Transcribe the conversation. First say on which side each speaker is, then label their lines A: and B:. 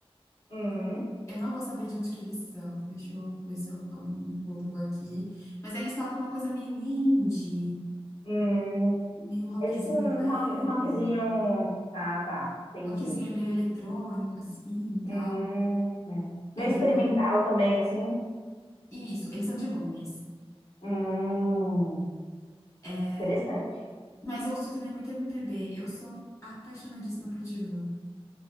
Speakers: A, on the left; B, on the left.
A: Hum,
B: Eu não vou saber de onde que eles são. Deixa eu ver se eu dou um Google aqui. Mas eles tocam uma coisa meio indie,
A: hum,
B: meio rockzinho
A: É tipo um
B: leve.
A: rock, um rockzinho. Ah, tá, entendi.
B: Rockzinho é meio eletrônico, assim, e tal.
A: hum, Meio
B: É bem
A: experimental
B: bom.
A: também, assim,
B: E isso, eles são de Londres.
A: hum.
B: É,
A: interessante.
B: mas eu ouço também muito MPB. Eu sou apaixonadíssima por Djavan.